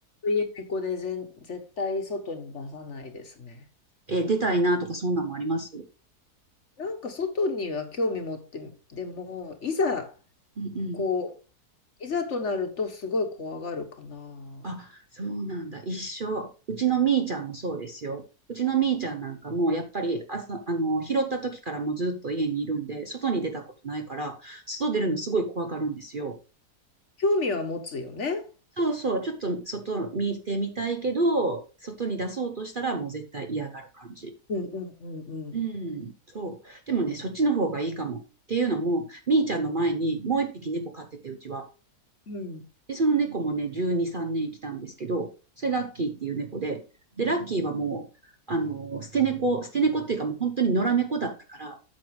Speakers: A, on the left; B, on the right.
A: 家猫で全絶対外に出さないですね。
B: え、出たいなとかそんなんもあります
A: なんか外には興味持って、でも、いざ、
B: うんうん。
A: こう、いざとなるとすごい怖がるかな。
B: あ、そうなんだ。一緒。うちのみーちゃんもそうですよ。うちのみーちゃんなんかもうやっぱり朝、あの、拾った時からもうずっと家にいるんで、外に出たことないから、外出るのすごい怖がるんですよ。
A: うん興味は持つよね。
B: そうそう、ちょっと外見てみたいけど、外に出そうとしたらもう絶対嫌がる感じ。
A: うんうんうんうん。
B: うん、そう。でもね、そっちの方がいいかも。っていうのも、みーちゃんの前にもう一匹猫飼ってて、うちは。
A: うん。
B: で、その猫もね、12、3年生きたんですけど、それラッキーっていう猫で、で、ラッキーはもう、
A: う
B: あの、捨て猫、捨て猫っていうかもう本当に野良猫だったから、